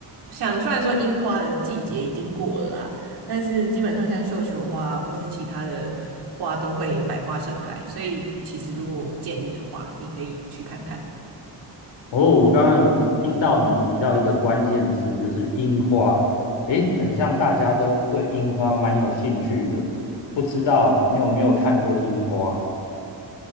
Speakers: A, on the right; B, on the left.
A: 像虽然说樱花的季节已经过了啦，但是基本上像绣球花或是其他的花都会百花盛开，所以其实如果我建议的话，你可以去看看。
B: 哦，我刚刚有听到你提到一个关键字，就是樱花。诶，很像大家都对樱花蛮有兴趣的，不知道你有没有看过樱花？